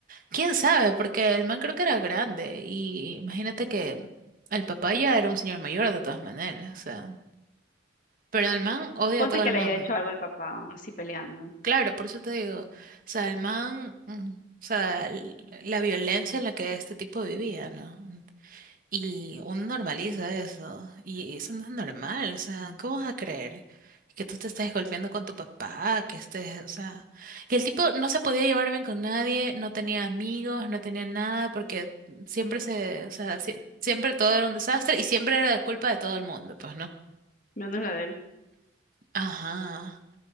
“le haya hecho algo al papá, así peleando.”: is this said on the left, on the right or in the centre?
Left